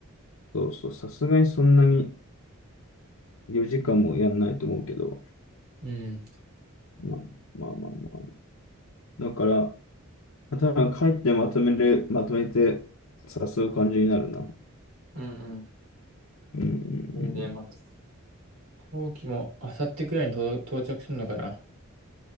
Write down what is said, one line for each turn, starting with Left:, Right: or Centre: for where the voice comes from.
Left: そうそう。さすがにそんなに4時間もやんないと思うけど。
Right: うん。
Left: まあまあまあまあ。だから、まあ多分帰ってまとめる、まとめて誘う感じになるな。
Right: うん
Left: うんうんうん。
Right: うん。で、まあ、飛行機も、あさってくらいに到到着するのかな。